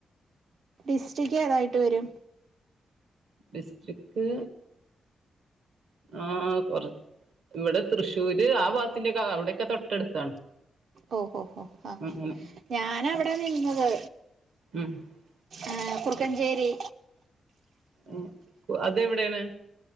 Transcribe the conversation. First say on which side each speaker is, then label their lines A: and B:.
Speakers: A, on the right; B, on the right.
A: ഡിസ്ട്രിറ്റ് ഏതായിട്ട് വരും
B: ഡിസ്ട്രിക്ക് ആഹ് കൊറ ഇവിടെ തൃശ്ശൂര് ആ ഭാത്തിന്റെക്ക അവിടെയൊക്കെ തൊട്ടടുത്താണ്
A: ഓ ഹോ ഹോ ആ
B: അങ്ങനെ
A: ഞാൻ അവിട നിന്നത്
B: ഉം
A: ഏഹ് കുറ്ക്കഞ്ചേരി
B: ആഹ് അതെവിടെണ്